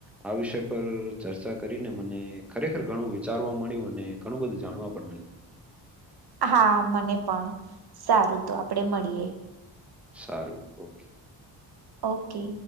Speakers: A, in the centre; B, on the right (about 55°).
A: આ વિષય પર ચર્ચા કરીને મને ખરેખર ઘણું વિચારવા મળ્યું અને ઘણું બધું જાણવા પણ મળ્યું
B: હા મને પણ સારું તો આપડે મળીએે
A: સારું, ઓકે.
B: ઓકે